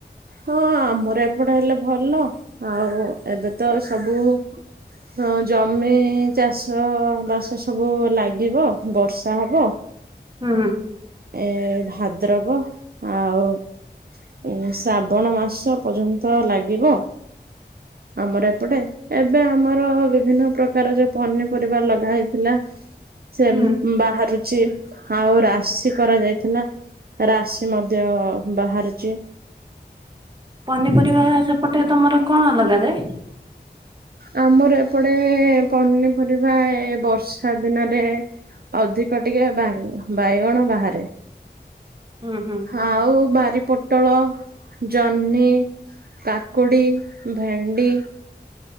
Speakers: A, on the right (about 60°); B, on the right (about 25°).
A: ହଁ ଆମର ଏପଟେ ହେଲେ ଭଲ ଆଉ ଏବେ ତ ସବୁ ହଁ ଜମି ଚାଷ ବାସ ସବୁ ଲାଗିବ। ବର୍ଷା ହବ।
B: ହୁଁ।
A: ଏ ଭାଦ୍ରବ ଆଉ ଉଁ ଶ୍ରାବଣ ମାସ ପଯ୍ୟନ୍ତ ଲାଗିବ। ଆମର ଏପଟେ ଏବେ ଆମର ବିଭିନ୍ନ ପ୍ରକାର ଯୋଉ ପନିପରିବା ଲଗା ହେଇଥିଲା। ସେ
B: ହୁଁ।
A: ବାହାରୁଚି ଆଉ ରାଶି କରାଯାଇଥିଲା। ରାଶି ମଦ୍ୟ ବାହାରୁଚି।
B: ପନିପରିବା ସେପଟେ ତମର କଣ ଲଗାଯାଏ?
A: ଆମର ଏପଟେ ପନିପରିବା ଏ ବର୍ଷ୍ ଷା ଦିନରେ ଅଧିକ ଟିକେ ବାଙ୍ଗ୍-ବାଇଗଣ ବାହାରେ।
B: ଉଁ ହୁଁ।
A: ଆଉ ବାରି ପୋଟଳ, ଜହ୍ନି କାକୁଡ଼ି, ଭେଣ୍ଡି